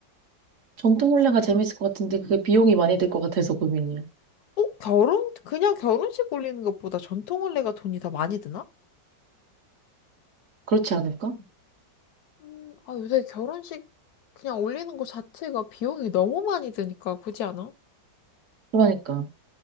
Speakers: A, on the right; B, on the left.
A: 전통혼례가 재밌을 것 같은데 그게 비용이 많이 들 것 같아서 고민이야.
B: 어, 결혼? 그냥 결혼식 올리는 것보다 전통 올레가 돈이 더 많이 드나?
A: 그렇지 않을까?
B: 음, 아, 요새 결혼식 그냥 올리는 거 자체가 비용이 너무 많이 드니까 굳이 않아?
A: 그러니까.